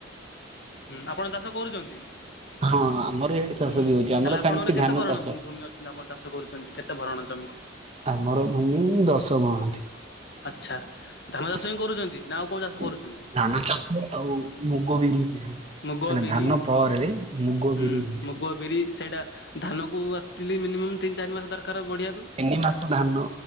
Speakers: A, on the left; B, on the right.
A: ହୁଁ ଆପଣ ଚାଷ କରୁଛନ୍ତି ହୁଁ
B: ହଁ ଆମର ଇଆଡେ ଚାଷ ବି ହଉଛି ଆମର
A: ହେଲେ ଆପଣଙ୍କର
B: ଖାଣ୍ଟି
A: କେତେ
B: ଧାନ
A: ପରଣ
B: ଚାଷ।
A: ଭୂ ଭୂମି ଅ ନିଶ୍ଚିତ ଆପଣ ଚାଷ କରୁଛନ୍ତି କେତେ ଭରଣ ଜମି?
B: ଆମର ଭୂମି ଦଶ ବହଣ ଥିବ‌
A: ଆଚ୍ଛା ଧାନ ଚାଷ ହିଁ କରୁଛନ୍ତି ନା ଆଉ କୋଉ ଚାଷ କରୁଛନ୍ତି?
B: ଧାନ ଚାଷ ଆଉ ମୁଗ, ବିରିବି ହଉଚି।
A: ମୁଗ
B: ମାନେ
A: ବିରି
B: ଧାନ ପରେ ମୁଗ,
A: ହୁଁ
B: ବିରି ହୁଏ।
A: ମୁଗ ବିରି ସେଇଟା ଧାନକୁ ଆକ୍ଚଲି ମିନିମମ୍ ତିନି ଚାରି ମାସ ଦରକାର ବଢ଼ିବା ପାଇଁ।
B: ତିନିମାସ ଧାନ